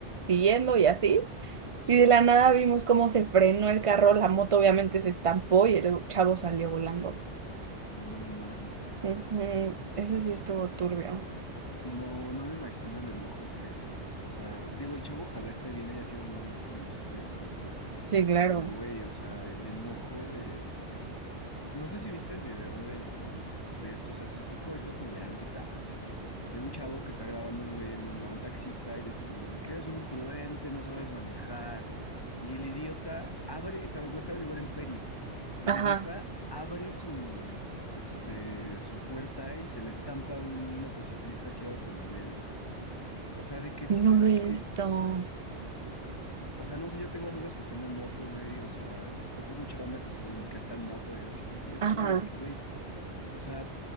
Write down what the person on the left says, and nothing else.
Sí,
sí,
sí.
No mames.
No, no me imagino el enojo que, o sea, digo, el chavo ojalá esté bien, haya sido nada más como el susto y el golpe,
pero güey, o sea, el enojo de... No sé si viste el video del, de esto, o sea, se fue co- hizo como viral en TikTok, de un chavo que está grabando un güey en un, a un taxista y le dice como de que eres un imprudente, no sabes manejar. Y el idiota abre, estaba, güey, estaban igual en Peri, el
idiota abre su, este, su puerta y se le estampa a un motociclista que iba como en medio. O sea, de que dices
de
que,
o sea, no sé, yo tengo amigos que están en moto, güey, o sea, topo mucha banda que estuvo en, que está en moto y así, y es
como de que, güey. O sea,